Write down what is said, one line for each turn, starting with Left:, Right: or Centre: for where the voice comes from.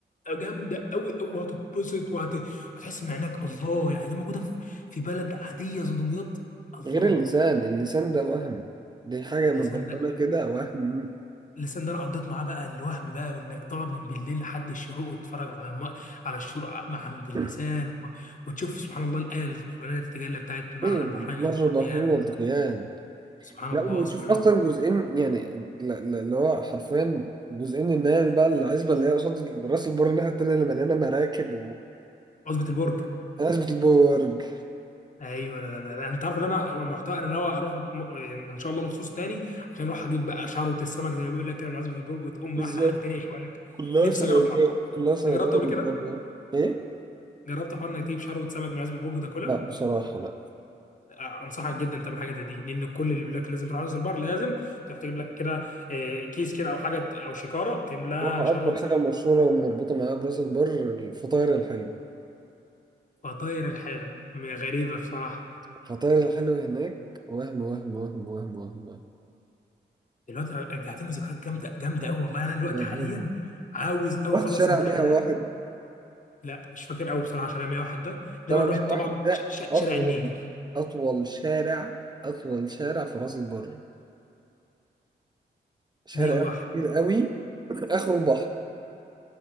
Left: جامده قوي قوي هتتبسط وهت... وتحس ان عينك الله يعني ده موجوده في في بلد عاديه زي دمياط الله
Right: غير اللسان اللسان ده وهم دي حاجة
Left: اللسان
Right: من ربنا
Left: ده
Right: كده وهم
Left: اللسان ده انا قضيت معاه بقى الوهم بقى انك تقعد من بالليل لحد الشروق وتتفرج على الم... على الشروق مع عند اللسان
Right: <clears throat>
Left: و... وتشوف سبحان الله الايه القرانيه تتجلى بتاعت مرر
Right: أيوة
Left: البحرين
Right: مرة
Left: يلتقيان
Right: البحرين والتقيان
Left: سبحان
Right: لا
Left: الله
Right: وتشوف
Left: سبحان
Right: اصلا
Left: الله
Right: جزئين يعني لا- لا- اللي هو حرفيا جزئين ان هي بقى العزبه اللي هي قصاد راس البر الناحيه التانيه اللي مليانه مراكب
Left: عصبة البرج
Right: وعزبه البرج
Left: ايوه ده, ده, ده. انت عارف ان انا المحتوى انا ناوي اروح بت- م... يعني ان شاء الله مخصوص تاني عشان اروح اجيب بقى شعره السمك زي ما بيقول لك كده من عصبة البرج وتقوم
Right: بالظبط
Left: رايح لحد تاني يشوي لك
Right: كلها
Left: نفسي
Right: صيادية
Left: اجرب الحوار
Right: كلها صياديه
Left: ده. جربته قبل
Right: ما
Left: كده؟
Right: شاء الله ايه؟
Left: جربت حوار انك تجيب شعره سمك من عصبة البرج وتاكلها؟
Right: لا بصراحه لا
Left: انصحك جدا تعمل حاجه زي دي لان كل اللي بيقول لك لازم تروح راس البر لازم تروح تجيب لك كده آه، كيس كده او حاجه او شكاره تملاها
Right: بصراحه
Left: شر
Right: اكتر حاجه
Left: سمك
Right: مشهوره ومربوطه معايا براس البر الفطاير الحلو
Left: فطاير الحاله م- غريبه بصراحه
Right: الفطاير الحلو هناك وهم وهم وهم وهم وهم, وهم.
Left: دلوقتي رجعتني ذكريات جامده جامده قوي والله
Right: <laughs>
Left: انا دلوقتي حاليا عاوز قوي
Right: رحت
Left: اخلص
Right: شارع
Left: امتحانات
Right: 101
Left: لا مش فاكر قوي بصراحه عشان أنا 101 ده انما
Right: شارع
Left: أنا
Right: 101
Left: رحت طبعا
Right: ده
Left: ش- ش-
Right: أطول
Left: شارع النيل
Right: أطول شارع أطول شارع في راس البر شارع
Left: 101
Right: كبير قوي آخره البحر